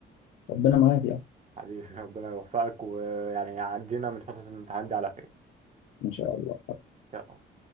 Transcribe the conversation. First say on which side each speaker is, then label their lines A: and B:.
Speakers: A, on the left; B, on the right.
A: وربنا معاك يعني
B: حبيبي ربنا يوفقك ويعني عدينا من فترة الامتحان دي على خير
A: ان شاء الله
B: يلا